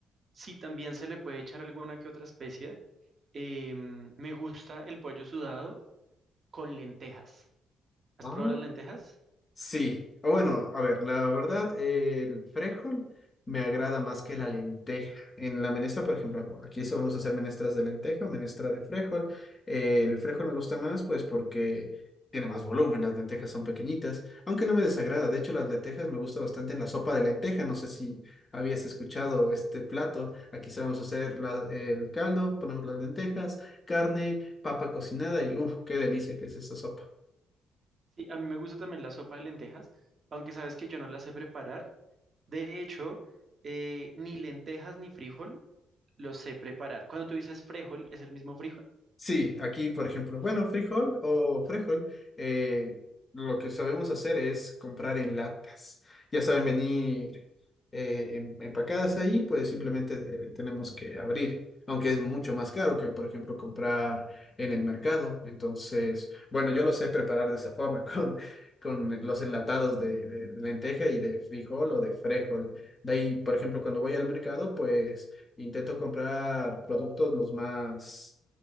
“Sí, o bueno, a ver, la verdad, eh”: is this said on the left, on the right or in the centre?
Left